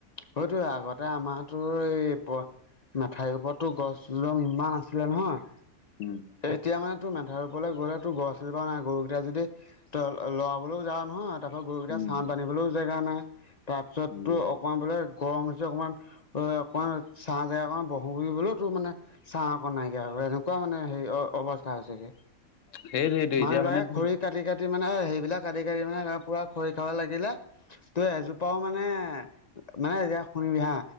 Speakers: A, on the left; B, on the left.
A: সেইটোৱে আগতে আমাৰতো এই প মাথাউৰি ওপৰততো গছবিলাক ইমান আছিলে নহয়
B: উম।
A: এতিয়া মানে তোৰ মেধাৰ ওপৰলৈ গ'লে তোৰ গছ এজোপা নাই গৰুকেইটা যদি ত লৰাবলৈও যাৱ নহয় তাৰ পৰা গৰুকেইটা
B: উম
A: চাঁত বান্ধিবলৈও জেগা নাই, তাৰ পিছতো
B: উম
A: অ' অকমান বোলে গৰম হৈছে অকণমান অ' অকণমান ছাঁ জেগা অকণ বহো বুলিলেও তো মানে ছাঁ অকন নাইকিয়া হৈ এনেকুৱা মানে হে অৱস্থা হৈছেগে।
B: সেইটোৱেইটো
A: মানুহ
B: এতিয়া
A: বিলাকে
B: মানে তোৰ
A: খৰি কাটি কাটি মানে সেইবিলাক কাটি কাটি মানে পুৰা খৰি খাব লাগিলে তো এজোপাও মানে মানে এতিয়া শুনিবি হা